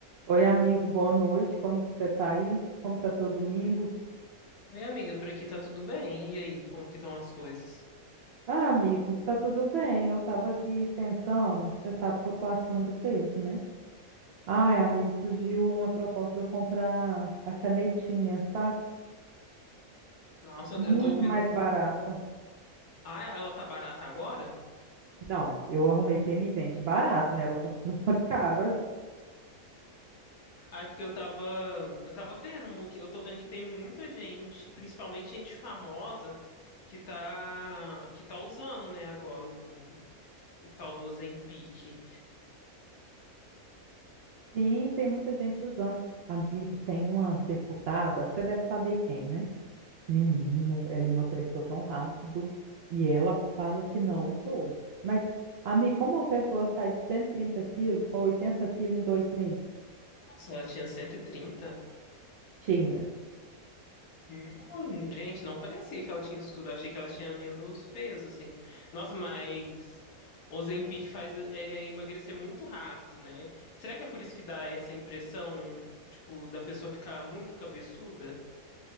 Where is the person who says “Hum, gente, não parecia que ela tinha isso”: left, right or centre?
Left